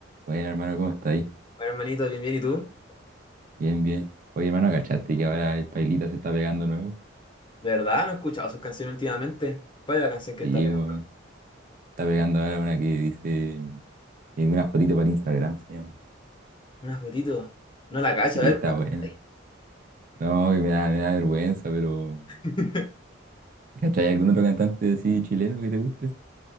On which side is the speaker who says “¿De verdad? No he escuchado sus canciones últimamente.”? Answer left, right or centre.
Left